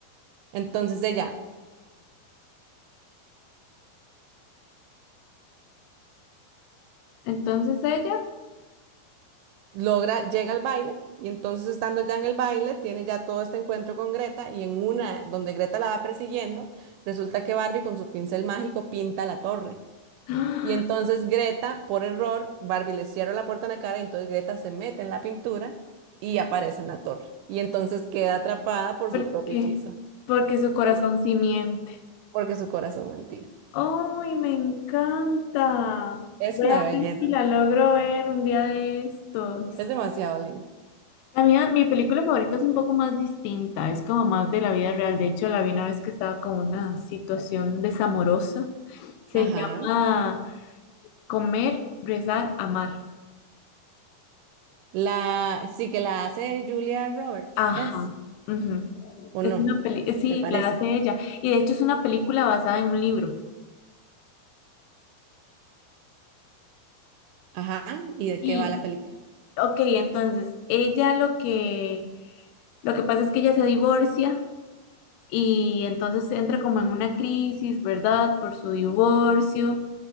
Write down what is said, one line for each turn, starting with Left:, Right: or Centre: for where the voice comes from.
Right: Entonces ella
Left: Entonces ella.
Right: logra, llega al baile y entonces estando ya en el baile, tiene ya todo este encuentro con Greta y en una donde Greta la va persiguiendo, resulta que Barbie con su pincel mágico pinta la torre.
Left: ah,
Right: Y entonces Greta, por error, Barbie le cierra la puerta en la cara y entonces Greta se mete en la pintura y aparece en la torre. Y entonces queda atrapada por
Left: ¿Por
Right: su propio
Left: qué?
Right: hechizo.
Left: Porque su corazón
Right: ¿Por qué?
Left: sí miente.
Right: Porque su corazón mentía.
Left: ¡Ay, me encanta!
Right: Es
Left: Voy
Right: una
Left: a
Right: belleza.
Left: ver si la logro ver un día de estos.
Right: Es demasiado linda.
Left: La mía, mi película favorita es un poco más distinta, es como más de la vida real. De hecho, la vi una vez que estaba con una situación desamorosa. Se
Right: Ajá.
Left: llama Comer, Rezar, Amar.
Right: La, sí que la hace Julia Roberts,
Left: Ajá.
Right: es,
Left: ujú.
Right: o
Left: Es
Right: no,
Left: una peli, sí,
Right: me parece.
Left: la hace ella. Y de hecho es una película basada en un libro.
Right: Ajá, ¿y de
Left: Y
Right: qué va la película?
Left: Ok, entonces ella lo que lo que pasa es que ella se divorcia y entonces entra como en una crisis, ¿verdad? Por su divorcio